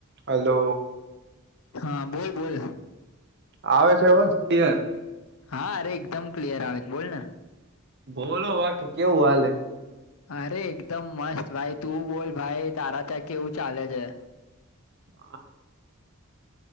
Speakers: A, on the right; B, on the left.
A: Hello.
B: હ બોલ બોલ.
A: આવે છે અવાજ <unintelligible>
B: હા અરે એકદમ ક્લિયર આવે બોલ ને
A: બોલો વાકેમ કેઉ હાલે
B: અરે એકદમ મસ્ત ભાઈ તું બોલ ભાઈ તારે તા કેવું ચાલે છે.
A: <inaudible>